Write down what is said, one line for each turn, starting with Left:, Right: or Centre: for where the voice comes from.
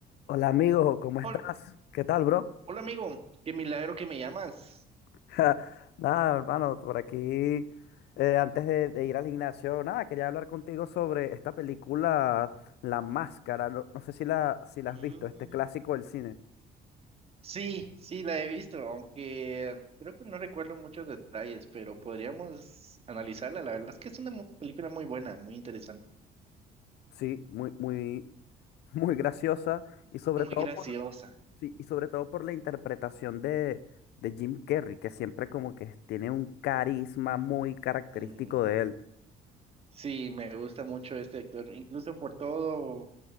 Left: Hola amigo, ¿cómo estás?
Right: Hola,
Left: ¿Qué tal, bro?
Right: hola, amigo, qué milagro que me llamas.
Left: <laughs> Nada, hermano, por aquí, eh, antes de, de ir al gimnasio, nada, quería hablar contigo sobre esta película La Máscara. No, no sé si la, si la
Right: Mm,
Left: has visto, este clásico del cine.
Right: sí, sí, la he visto, aunque creo que no recuerdo muchos detalles, pero podríamos analizarla. La verdad es que es una mu- película muy buena, muy interesante,
Left: Sí, muy, muy, <laughs> muy graciosa y sobre
Right: muy
Left: todo
Right: graciosa.
Left: por, sí, y sobre todo por la interpretación de, de Jim Carrey, que siempre como que tiene un carisma muy característico
Right: Mm,
Left: de él.
Right: sí, me gusta mucho este actor, incluso por todo